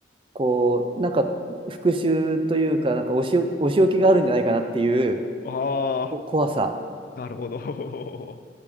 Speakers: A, on the right; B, on the left.
A: こう、なんか復讐というか、なんかお仕、お仕置きがあるんじゃないかなっていう
B: ああ、
A: こ怖さ。
B: なるほど。